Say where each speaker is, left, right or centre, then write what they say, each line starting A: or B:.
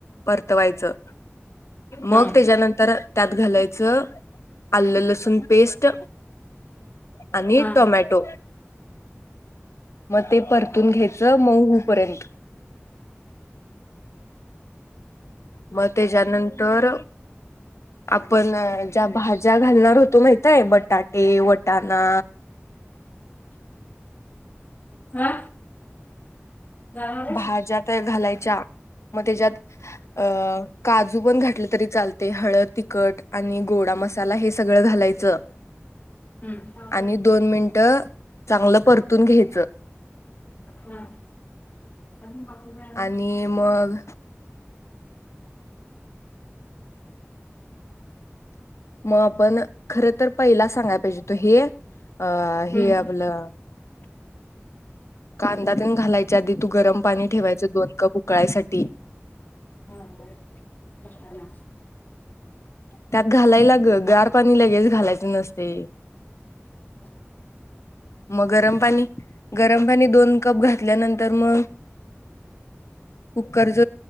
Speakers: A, on the left; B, on the left.
A: परतवायचं
B: हा
A: मग त्याच्यानंतर... त्यात घालायचं आलं लसूण पेस्ट.... आणि
B: हा
A: टोमॅटो.... मग ते परतून घ्यायचं मऊ पर्यंत... मग त्याच्यानंतर.... आपण ज्या भाज्या घालणार होतो माहितय बटाटे वटाणा.....
B: <unintelligible> हा जाणार आहेस?
A: भाज्यात घालायची च्या मग त्याच्यात अ काजू पण घातलं तरी चालत.. ते हळद तिखट आणि गोडा मसाला हे सगळं घालायचं..
B: हम्म हा
A: आणि दोन मिनट चांगलं परत... तुन घ्यायचं
B: हा अजून बाकी काय आहे?
A: आणि मग मग आपण खर तर पहिला सांगायला पाहिजे हुत हे... अ हे
B: हम्म
A: आपलं... कांदातेन घालायच्या आधी तू गरम पाणी ठेवायच दोन कप उकळायसाठी....
B: ह ब....
A: त्यात घालायला ग गार पाणी लगेच घालायचं नसते...
B: हम्...
A: मग गरम पाणी गरम पाणी दोन कप घातल्यानंतर मग... कुकरच